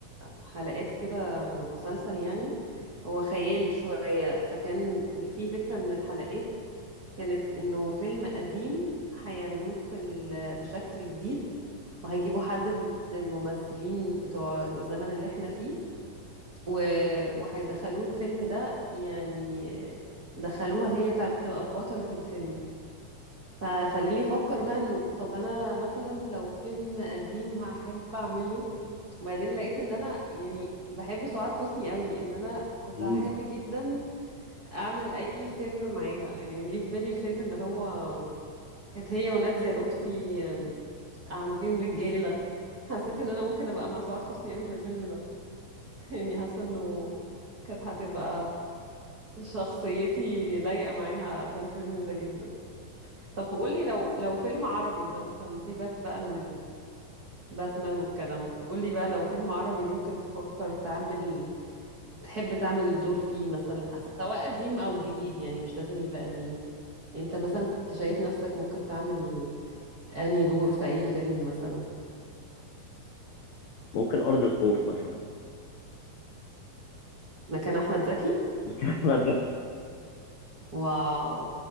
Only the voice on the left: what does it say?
مم.
ممكن أرض الخوف مثلا
<laughs> أحمد ده.